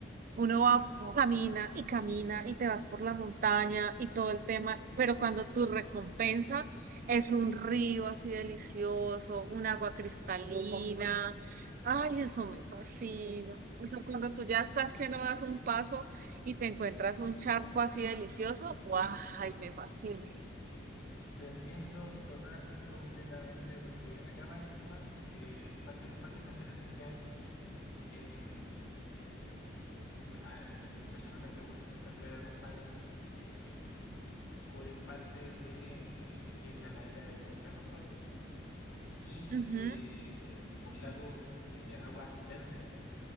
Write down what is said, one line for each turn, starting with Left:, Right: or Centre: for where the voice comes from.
Right: Uno va, camina y camina y te vas por la montaña y todo el tema, pero cuando tu recompensa es un río así delicioso, un agua cristalina, ay, eso me fascina. O sea, cuando tú ya estás que no das un paso y te encuentras un charco así delicioso, guau, ay, me fascina.
Left: Te entiendo total y completamente porque acá más encima, eh, parte de los parques nacionales que hay, eh, un- me- a- el que me- personalmente me gusta, el Vicente Pérez Rosales, eh, cubre parte de eh, lo que es la ladera del volcán Osorno y
Right: Ujú,
Left: eh, un lago de aguas verdes,